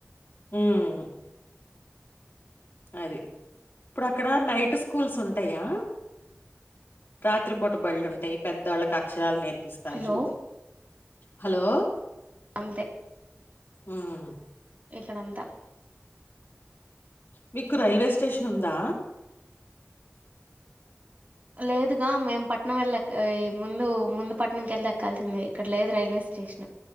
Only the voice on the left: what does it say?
హ్మ్ అది ఇప్పుడు అక్కడ నైట్ స్కూల్స్ ఉంటయా రాత్రిపూట బళ్ళుంటయి పెద్దోళ్లకు అక్షరాలు నేర్పి పిస్తరు
చూడు హలో
హ్మ్
మీకు రైల్వే స్టేషన్ ఉందా